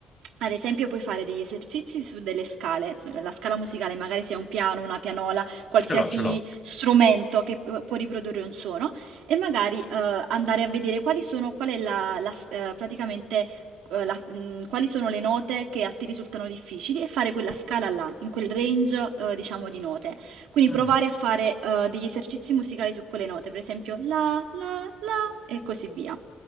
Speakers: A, on the right; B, on the left.
A: Ad esempio, puoi fare degli esercizi su delle scale, sulla scala musicale, magari sia un piano, una pianola, qualsiasi
B: Ce l'ho, ce l'ho.
A: strumento che eh, può riprodurre un suono e magari eh, andare a vedere quali sono, qual è la, la s- eh, praticamente, eh, la- mh, quali sono le note che a te risultano difficili e fare quella scala là, in quel range, eh, diciamo, di note. Quindi
B: Mm,
A: provare a fare eh, degli esercizi musicali su quelle note, per esempio la, la, la e così via